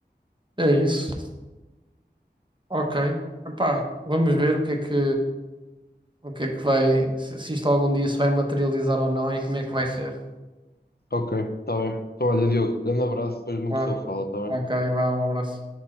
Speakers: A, on the right; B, on the left.
A: É isso. Ok. Epá, vamos ver o que é que, o que é que vai, se, se isto algum dia se vai materializar ou não e como é que vai ser.
B: Ok, está bem. Então, olha, Diogo, grande abraço, depois uma
A: Claro.
B: pessoa fala, está
A: Ok,
B: bem?
A: vá, um abraço.